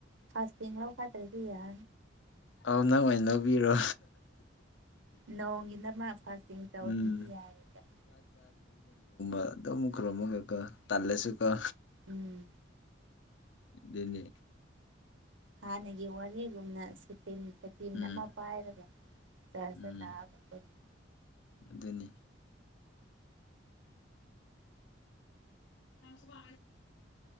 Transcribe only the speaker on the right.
ꯐꯥꯁꯇꯤꯡꯂꯥꯎ ꯐꯗ꯭ꯔꯦꯒꯌꯥ
ꯅꯣꯡꯒꯤ ꯅꯃꯛ ꯐꯥꯁꯇꯤꯡ ꯇꯧꯕꯗꯨꯗꯤ
ꯌꯥꯔꯣꯏꯗ
ꯎꯝ
ꯍꯥꯟꯅꯒꯤ ꯋꯥꯔꯤꯒꯨꯝꯅ ꯁꯤꯠ ꯇꯤꯟ ꯇꯤꯟ
ꯑꯃ ꯄꯥꯏꯔꯒ ꯆ ꯂꯥꯛꯑꯒꯈ